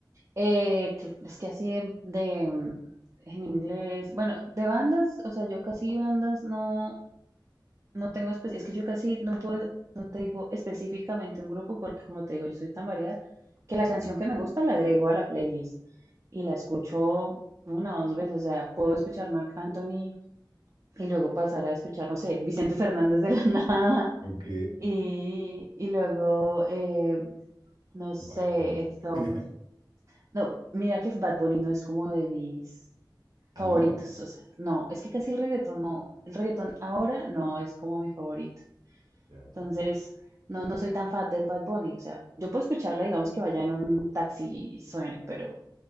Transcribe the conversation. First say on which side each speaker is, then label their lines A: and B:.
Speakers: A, on the right; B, on the right.
A: Eh, que- es que así de, de, mm, en inglés, bueno, de bandas, o sea, yo casi bandas no, No tengo espe- es que yo casi no puedo, no te digo específicamente un grupo porque como te digo, yo soy tan variada que la
B: Sí.
A: canción que me gusta la agrego a la playlist y la escucho una o dos veces, o sea, puedo escuchar Marc Anthony y luego pasar a escuchar, no sé, Vicente Fernández de la <laughs> nada
B: Ok,
A: y, y luego, eh, no sé,
B: Bad Bunny.
A: esto,
B: <laughs>
A: no, mira que Bad Bunny no es como de mis
B: Ah,
A: favoritos,
B: no.
A: o sea, no, es que casi el reggaetón no, el reggaetón ahora no es como mi favorito.
B: Ya,
A: Entonces,
B: ya, ya.
A: no, no soy tan fan de Bad Bunny. O sea, yo puedo escucharla, digamos que vaya en un taxi y suene, pero